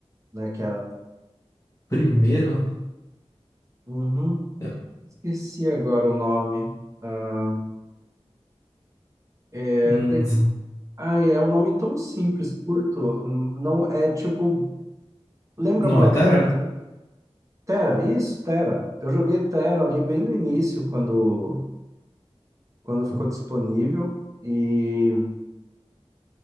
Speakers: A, on the right; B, on the left.
A: né? Que era.
B: primeiro?
A: Uhum,
B: Eu-
A: esqueci agora o nome. Ah, é,
B: Hum, s-
A: Ai, é um nome tão simples, curto. hum, Não é tipo, lembra
B: não
A: Black
B: é o Tera?
A: Desert? né? Terra, isso, Terra. Eu joguei Terra ali bem no início, quando, quando ficou disponível. E